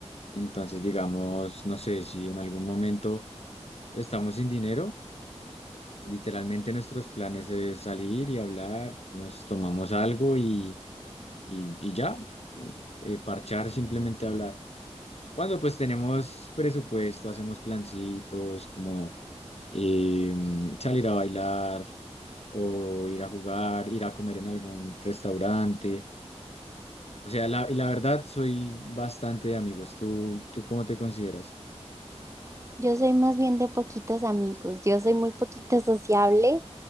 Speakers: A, on the left; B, on the right.
A: Entonces, digamos, no sé si en algún momento estamos sin dinero, Literalmente nuestros planes es salir y hablar, nos tomamos algo y, y, y ya, eh, parchar, simplemente hablar. Cuando pues tenemos presupuesto, hacemos plancitos como em, salir a bailar o ir a jugar, ir a comer en algún restaurante. O sea, la, y la verdad soy bastante de amigos. ¿Tú, tú cómo te consideras?
B: Yo soy más bien de poquitos amigos, yo soy muy poquito <laughs> sociable,